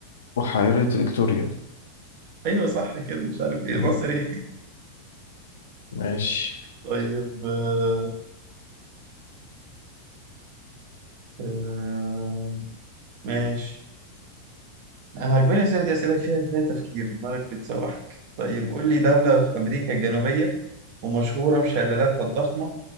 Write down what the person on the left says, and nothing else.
بحيرة فيكتوريا
مهم.
ماشي